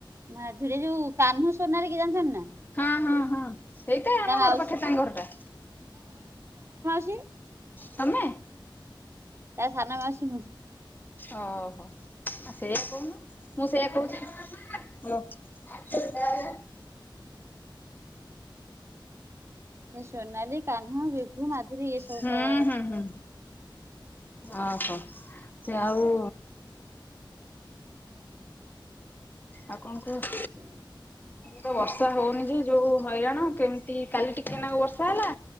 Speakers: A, on the right; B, on the left.
A: ମାଧୁରୀ ଯୋଉ କାହ୍ନୁ ସୋନାଲି କି ଜାଣିଚନ୍ତି ନା?
B: ହଁ, ହଁ, ହଁ, ସେଇଟା ଆମ
A: ତା ମାଉସୀ
B: ଘର ପାଖେ ତାଙ୍କ ଘରଟା।
A: କି
B: ତୋମେ?
A: ତା ସାାନ ମାଉସୀ ମୁଁ।
B: ଓହୋ ଆ ସେଇଆ କହୁନ। ମୁଁ ସେଇୟା କହୁଚି। <unintelligible>
A: ସେ ସୋନାଲି, କାହ୍ନୁ, ବିଭୁ, ମାଧୁରୀ ଏସବୁ
B: ହୁଁ
A: ମୋ
B: ହୁଁ ହୁଁ ଓହୋ! ସେ ଆଉ ଆଉ କଣ କୁହ?
A: ମୋ
B: ଏବେ ତ ବର୍ଷା ହଉନି। ଯୋଉ ଯୋଉ ହଇରାଣ କେମିତି କାଲି ଟିକେନାକୁ ବର୍ଷା ହେଲା।